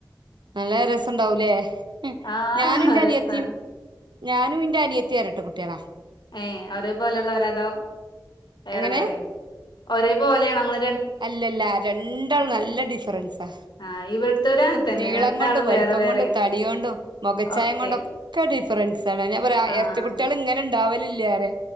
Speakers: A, on the right; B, on the left.
A: നല്ല രസംണ്ടാവുലേ ഉം
B: ആഹ്
A: ഞാനും ഇന്റെ
B: രസാണ്
A: അനിയത്തി ഞാനും ഇന്റെ അനിയത്തി എരട്ടെ കുട്ടിളാ
B: ഏ ഒരേ പോലെയുള്ളോരാ അതോ വേറെ
A: എങ്ങനെ
B: വേറെ ഒരേ പോലെ ആണോ ങ്ങൾ
A: അല്ലല്ല രണ്ടാളുംനല്ല ഡിഫറൻസാ
B: ആഹ് ഇവിടുത്തോരും അങ്ങനെ തന്നെ
A: നീളം
B: രണ്ടാളും
A: കൊണ്ടും വലിപ്പം
B: വേറെ
A: കൊണ്ടും. പ്പം
B: വേറെയാണ്
A: കൊണ്ടും തടിയകൊണ്ടും മുഖച്ചായം
B: ഒക്കെ
A: കൊണ്ടൊക്കെ ഡിഫറ ഫ്രണ്ട്സാണ്ണ് ഞാൻ പറയാ
B: ആഹ്
A: ഇരട്ട കുട്ടീൾ ഇങ്ങനെ ഉണ്ടാകലില്ല പറെ